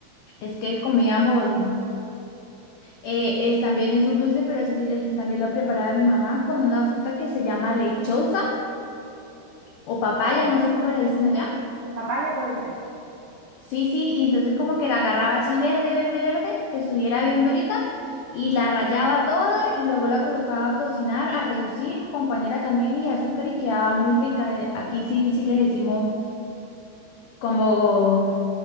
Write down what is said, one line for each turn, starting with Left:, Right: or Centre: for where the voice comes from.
Left: es que comíamos, eh, es, también es un dulce, pero eso sí es- también lo preparaba mi mamá con una fruta que se llama lechosa o papaya,
Right: Wow.
Left: no sé cómo le dicen allá.
Right: Papaya puede ser.
Left: Sí, sí, y entonces como que la agarraba así verde, verde, verde, que estuviera bien durita, y la rallaba toda y luego la colocaba a cocinar, a reducir con panela también y azúcar y quedaba muy rica. Aquí sí, sí le decimos. Como